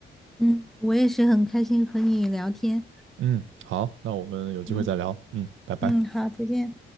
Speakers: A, in the centre; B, on the right (about 80°).
A: 嗯，我也是很开心和你聊天。
B: 嗯，好，那我们有机会再聊，
A: 嗯。
B: 嗯，拜拜。
A: 嗯，好，再见。